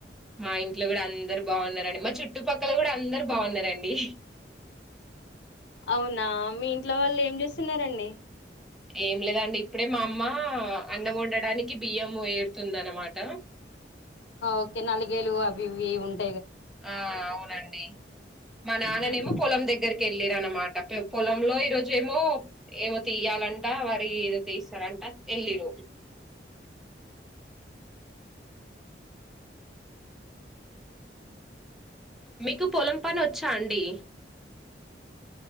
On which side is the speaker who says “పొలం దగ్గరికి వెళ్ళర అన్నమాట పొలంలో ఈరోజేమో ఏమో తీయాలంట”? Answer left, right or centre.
Centre